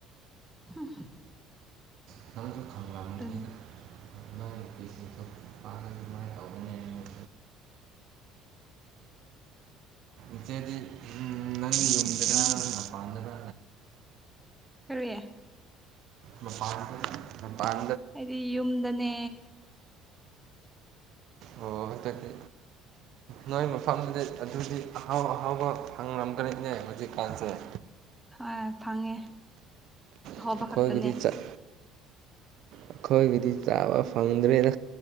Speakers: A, in the centre; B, on the right.
A: <unintelligible>
B: <unintelligible>
A: ꯗꯨꯅꯤ
B: <unintelligible> ꯅꯨꯄꯥꯅ ꯑꯃꯥꯏꯅ ꯇꯧꯕꯅꯦꯅ <unintelligible> ꯏꯆꯦꯗꯤ ꯎꯝ ꯅꯪꯒꯤ ꯌꯨꯝꯗꯔꯥ ꯃꯄꯥꯟꯗꯔ
A: ꯀꯔꯤꯌꯦ
B: ꯃꯄꯥꯟ <unintelligible> ꯃꯄꯥꯟ
A: ꯑꯩꯗꯤ ꯌꯨꯝꯗꯅꯦ
B: ꯑꯣ ꯑꯗꯨꯗꯤ ꯅꯣꯏ ꯃꯐꯝꯗꯨꯗ ꯑꯗꯨꯗꯤ ꯑꯍꯥꯎ ꯑꯍꯥꯎꯕ ꯐꯪꯔꯝꯒꯅꯤꯅꯦ ꯍꯧꯖꯤꯛꯀꯥꯟꯁꯦ
A: ꯍꯣꯏ ꯐꯪꯉꯦ ꯑꯍꯥꯎꯕ
B: ꯑꯩꯈꯣꯏꯒꯤꯗꯤ
A: ꯈꯛꯇꯅꯦ
B: ꯆꯠ ꯑꯩꯈꯣꯏꯒꯤꯗꯤ ꯆꯥꯕ ꯐꯪꯗ꯭ꯔꯦꯗ